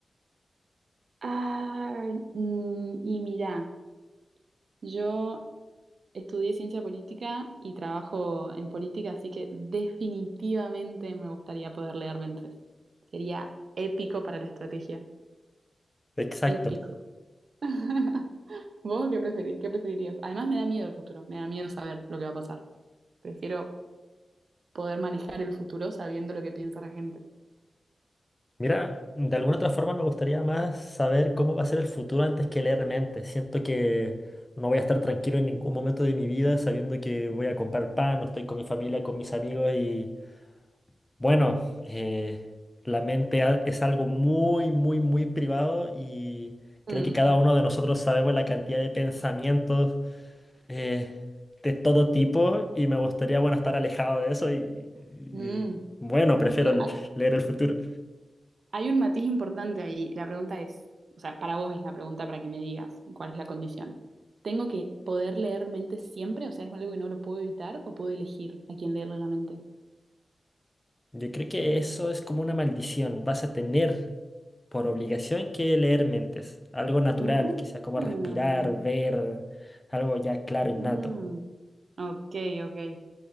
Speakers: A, on the right; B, on the left.
A: Ah, mm, y mira, yo... Estudié ciencia política y trabajo en política, así que definitivamente me gustaría poder leer mentes. Sería épico para la estrategia.
B: Exacto.
A: Épico. <laughs> ¿Vos qué preferi- qué preferirías? Además me da miedo el futuro, me da miedo saber lo que va a pasar. Prefiero poder manejar el futuro sabiendo lo que piensa la gente.
B: Mira, de alguna otra forma me gustaría más saber cómo va a ser el futuro antes que leer mentes. Siento que no voy a estar tranquilo en ningún momento de mi vida sabiendo que voy a comprar pan, no estoy con mi familia, con mis amigos y bueno, eh, la mente a- es algo muy, muy, muy privado y creo
A: Mm,
B: que cada uno de nosotros sabemos la cantidad de pensamientos eh, de todo tipo y me gustaría, bueno, estar alejado de eso y,
A: mm.
B: y bueno, prefiero
A: Pero, ah,
B: leer el futuro.
A: Hay un matiz importante ahí. La pregunta es, o sea, para vos es la pregunta para que me digas cuál es la condición. ¿Tengo que poder leer mentes siempre? O sea, ¿es algo que no lo puedo evitar o puedo elegir a quién leerle la mente?
B: Yo creo que eso es como una maldición. Vas a tener por obligación que leer mentes, algo natural,
A: Mm,
B: quizá como respirar, ver, algo ya claro,
A: mm.
B: innato.
A: Ok, ok.